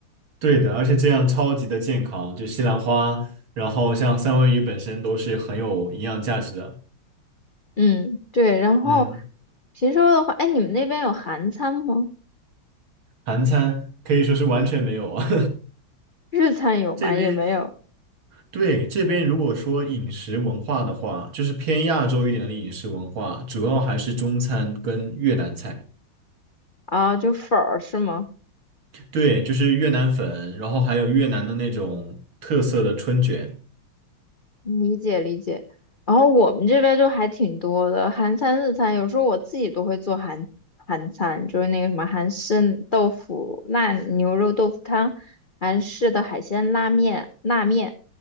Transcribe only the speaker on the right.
对的，而且这样超级的健康，就西兰花，然后像三文鱼本身都是很有营养价值的。
嗯。
韩餐可以说是完全没有啊。
<laughs> 这边
对这边如果说饮食文化的话，就是偏亚洲一点的饮食文化，主要还是中餐跟越南菜。
对，就是越南粉，然后还有越南的那种特色的春卷